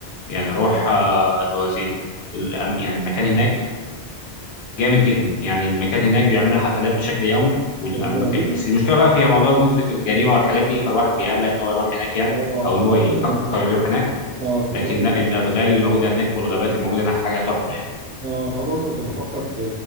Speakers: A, on the left; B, on the right.
A: يعني روح آه، البرازيل الأم- يعني المكان هناك جامد جدا يعني المكان هناك بيعملوا حفلات بشكل يومي والأم...
B: ده في البرازيل
A: بس المشكله بقى في موضوع نسبه الجريمه والحاجات دي فالواحد بيقلق ان هو يروح هناك يعني
B: اه
A: او ان
B: انت
A: هو
B: عارف
A: يفكر
B: برضه كان
A: يروح هناك
B: اه كنت
A: لكن
B: برضه
A: لا
B: بفكر
A: الادغال اللي موجوده هناك والغابات اللي موجوده هناك حاجه تحفه يعني
B: اه انت عارف برضه كنت بفكر في